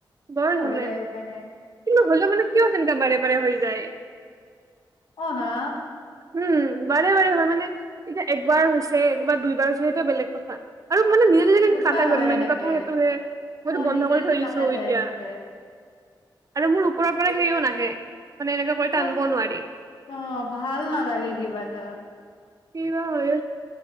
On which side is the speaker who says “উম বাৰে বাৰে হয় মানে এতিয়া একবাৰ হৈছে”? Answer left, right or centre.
Right